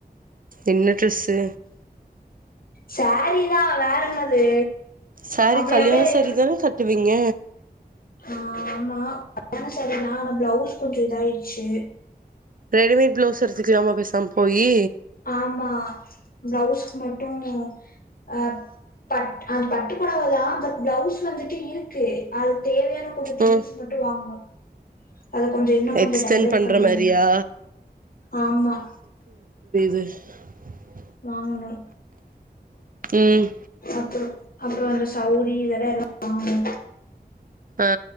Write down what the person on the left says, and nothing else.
சாரீதா வேற என்னது
அப்புறம்
எப்படி
ஆஹ் ஆமா கல்யாண சாரிதா ஆனா பிளவுஸ் கொஞ்சோ இதாயிடுச்சு
ஆமா பிளவுஸ்க்கு மட்டு அ பட் ஆ பட்டுப்பொடவதா பட் பிளவுஸ் வந்துட்டு இருக்கு அது தேவ தேவப்படுற திங்ஸ்
மட்டு வாங்கனு அத கொஞ்ச இன்னோ கொஞ்ச
டெக்கரேட்
பண்றதுக்கு
ஆமா
வாங்குனு
அப்புறோ அப்புறோ அந்த சௌரி இதெல்லா வாங்குனு